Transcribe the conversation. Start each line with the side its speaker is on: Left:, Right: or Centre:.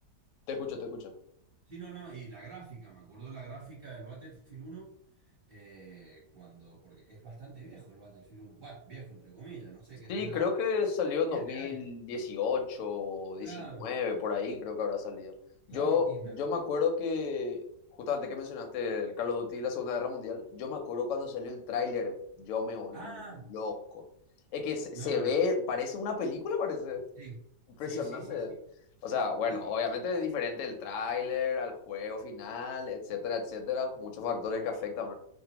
Left: Te escucho, te escucho.
Right: sí, no, no. Y la gráfica, me acuerdo la gráfica del Battlefield uno eh, cuando, porque es bastante viejo el Battlefield uno Bueno, viejo entre comillas, no sé qué
Left: Sí,
Right: tendrá.
Left: creo que salió en
Right: Siete
Left: 2018
Right: años.
Left: o 19,
Right: Claro,
Left: por ahí creo que habrá salido. Yo,
Right: claro. Y me...
Left: yo me acuerdo que, justamente que mencionaste el Carlos of Duty y la Segunda Guerra Mundial, yo me acuerdo cuando salió el tráiler, yo me volví
Right: Ah,
Left: loco. Es que se,
Right: no,
Left: se
Right: no,
Left: ve,
Right: no.
Left: parece una película, parece
Right: Sí,
Left: impresionante.
Right: sí, sí, sí, sí.
Left: O sea, bueno,
Right: Y,
Left: obviamente es diferente el tráiler al juego final, etcétera, etcétera. Muchos factores que afectan,